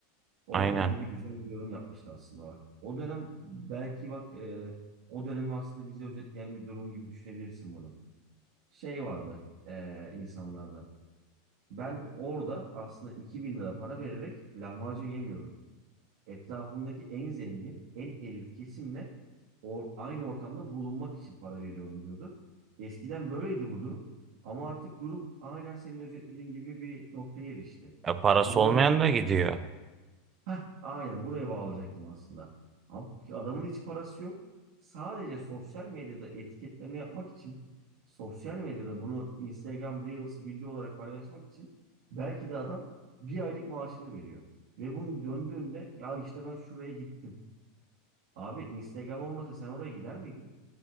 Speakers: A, on the right (about 65°); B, on the right (about 30°).
A: Orada
B: Aynen.
A: da biri güzel bir yorum yapmıştı aslında bak. O dönem belki bak e, o dönemi aslında bize özetleyen bir durum gibi düşünebilirsin bunu. Şey vardı e, insanlarda. Ben orada aslında 2000 lira para vererek lahmacun yemiyorum. etrafımdaki en zengin, en elit kesimle or aynı ortamda bulunmak için para veriyorum diyordu. Eskiden böyleydi bu durum. Ama artık durum aynen senin özetlediğin gibi bir noktaya erişti.
B: E, parası
A: Bu durumdan
B: olmayan da gidiyor.
A: Heh, aynen buraya bağlayacaktım aslında. Abi, adamın hiç parası yok. Sadece sosyal medyada etiketleme yapmak için sosyal medyada bunu Instagram Reels video olarak paylaşmak için belki de adam bir aylık maaşını veriyor. Ve bunun döndüğünde ya işte ben şuraya gittim. Abi Instagram olmasa sen oraya gider miydin?